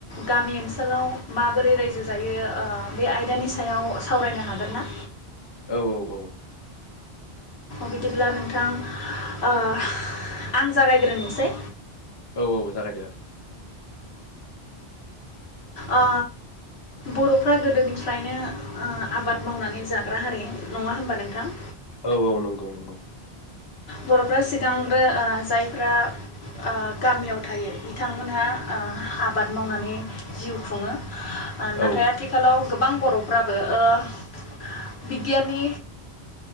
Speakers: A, on the left; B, on the left.
A: गामि ओनसोलाव माबोरै रायजो जायो ओ बे आयदानि सायाव सावरायनो हागोन ना
B: औ औ औ
A: बिदिब्ला नोंथां ओह आं जागायग्रोनोसै
B: औ औ जागायदो
A: ओ बर'फ्रा गोदोनिफ्रायनो ओ आबाद मावनानै जाग्रा हारि नङा होनबा नोंथां,
B: औ औ नंगौ नंगौ
A: बर'फ्रा सिगांग्रो ओ जायफ्रा आ गामियाव थायो बिथांमोनहा ओ आबाद मावनानै, जिउ खुङो, आ नाथाय
B: औ
A: आथिखालाव, गोबां बर'फ्राबो ओ बिगियाननि